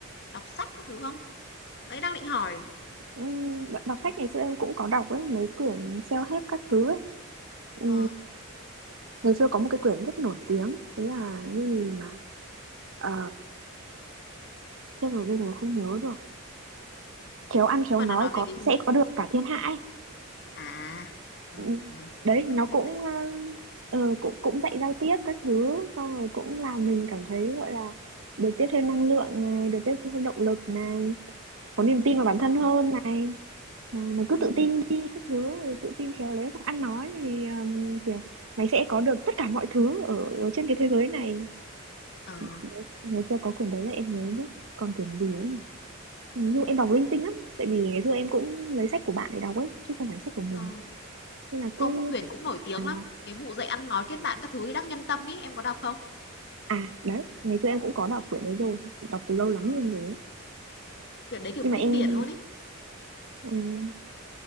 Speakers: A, on the left; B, on the right.
A: đọc sách các thứ không? Nãy đang định hỏi,
B: Ừ. đ- đọc
A: kiểu
B: sách ngày xưa em cũng có đọc ấy mấy quyển self-help các thứ ấy. Ừ.
A: ờ,
B: ngày xưa có một cái quyển rất nổi tiếng thế là cái gì mà ờ thế rồi bây giờ không nhớ được khéo ăn khéo
A: nhưng mà
B: nói
A: nó nói
B: có
A: về cái gì?
B: sẽ có được cả thiên hạ ấy
A: À, ờ,
B: Ừ,
A: ờ,
B: đấy
A: mấy quyển
B: nó cũng
A: sách dễ
B: ờ, ờ, cũng cũng dạy giao tiếp các thứ xong rồi cũng làm
A: Ừ,
B: mình cảm thấy gọi là được tiếp thêm năng lượng này được tiếp thêm động lực này có niềm tin vào bản
A: Ờ,
B: thân hơn này mà mày cứ
A: ừm,
B: tự tin đi các thứ rồi tự tin khéo léo không ăn nói thì um, kiểu mày sẽ có được tất cả mọi thứ ở, ở trên cái thế giới này
A: ờ,
B: Đấy, ngày xưa có quyển đấy là em nhớ nhất còn quyển gì ấy nhỉ? nhưng em đọc linh tinh lắm tại vì ngày xưa em cũng lấy sách của bạn để đọc ấy chứ không phải sách của mình
A: ờ.
B: nên là cứ
A: Có một quyển cũng nổi tiếng
B: à,
A: lắm, cái vụ dạy ăn nói kết bạn các thứ Đắc Nhân Tâm ấy, em có đọc không?
B: À đấy, ngày xưa em cũng có đọc quyển đấy rồi, đọc từ lâu lắm
A: Ờ,
B: luôn rồi ấy.
A: quyển đấy, kiểu,
B: Nhưng mà
A: kinh
B: em
A: điển luôn ấy.
B: ừm,